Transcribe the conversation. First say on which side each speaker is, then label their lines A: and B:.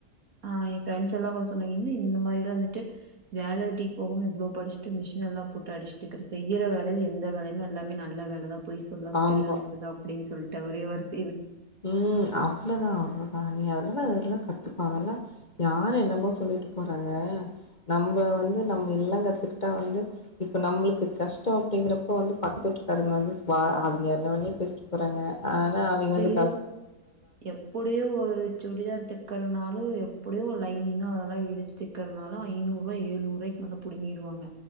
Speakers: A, on the right; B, on the left.
A: ஆஹ் என் ஃப்ரெண்டஸ் எல்லா கூட சொன்னாங்க என்ன இந்த மாதிரில்லாம் வந்துட்டு வேலை வெட்டிக்கு போக இவ்வளோ படிச்சுட்டு மிஷின் எல்லாம் போட்டு அடிச்சுட்டுக்கற செய்யற வேல எந்த வேலையுமே எல்லாமே நல்ல வேலை தா போய் சொல்லாம
B: ஆமா
A: திருடாம இருந்தா அப்படின்னு சொல்லிட்டு ஒரே வார்த்
B: உம் அவ்ளோதா அவ்ளோ ஆஹ் நீ அதுலா அதெல்லா நல்லா கத்துகோ அதெல்லா யாரு என்னமோ சொல்லிட்டு போறாங்க நம்ப வந்து நம்ப எல்லா கத்துக்கிட்டா வந்து இப்ப நம்மளுக்கு கஷ்டம் அப்டிங்கிறப்ப வந்து பக்கத்து வூட்டுக்காரங்க வந்து ஸ்பா அவிய்ங்க என்ன மணியும் பேசிட்டு போறாங்க ஆனா அவிய்ங்க வந்துட்
A: டு எப்புடியும் ஒரு சுடிதார் தக் கருணாலு எப்புடியும் லைனிங் அதொல்லா எடுத்து தைக்கிறனால ஐன்னுரு நூறுவாய் ஏழுநூறுவாய்க்கு மேல புடுங்கிறுவாங்க